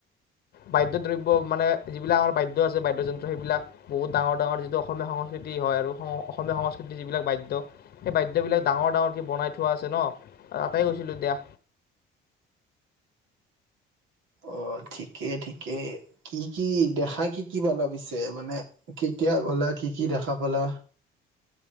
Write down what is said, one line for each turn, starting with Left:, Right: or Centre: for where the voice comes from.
Left: বাদ্য দ্ৰব্য মানে যিবিলাক আমাৰ বাদ্য আছে বাদ্যযন্ত্ৰ সেইবিলাক বহুত ডাঙৰ ডাঙৰ যিটো অসমীয়া সংস্কৃতি হয় আৰু অসমীয়া সংস্কৃতিৰ যিবিলাক বাদ্য সেই বাদ্যবিলাক ডাঙৰ ডাঙৰ কি বনাই থোৱা আছে ন তাতেই গৈছিলোঁ দিয়া
Right: অ' ঠিকেই ঠিকেই কি কি দেখা কি কি পালা পিছে মানে কেতিয়া গলা কি কি দেখা পালা